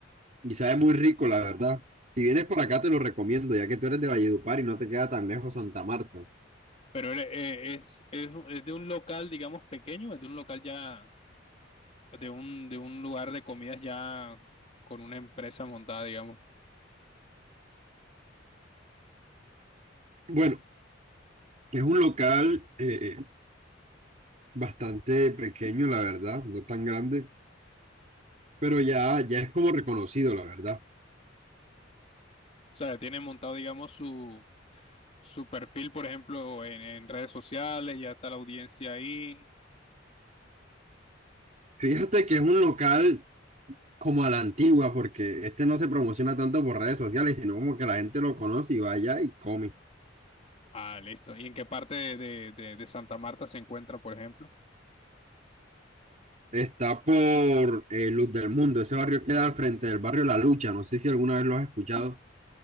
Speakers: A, on the right; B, on the left.
A: Y sabe muy rico, la verdad. Si vienes por acá, te lo recomiendo, ya que tú eres de Valledupar y no te queda tan lejos Santa Marta.
B: Pero eh, eh, es, es, es de un local, digamos, pequeño, es de un local ya pues, de un, de un lugar de comidas ya con una empresa montada, digamos. O
A: Bueno, es un local eh, eh, bastante pequeño, la verdad, no tan grande, pero ya, ya es como reconocido, la verdad.
B: sea, tiene montado, digamos, su, su perfil, por ejemplo, en, en redes sociales, ya está la audiencia ahí.
A: Fíjate que es un local como a la antigua, porque este no se promociona tanto por redes sociales, sino como que la gente lo conoce y vaya y come.
B: Ah, listo. ¿Y en qué parte de, de- de- de Santa Marta se encuentra, por ejemplo?
A: Está por eh, Luz del Mundo, ese barrio queda al frente del barrio La Lucha, no sé si alguna vez lo has escuchado.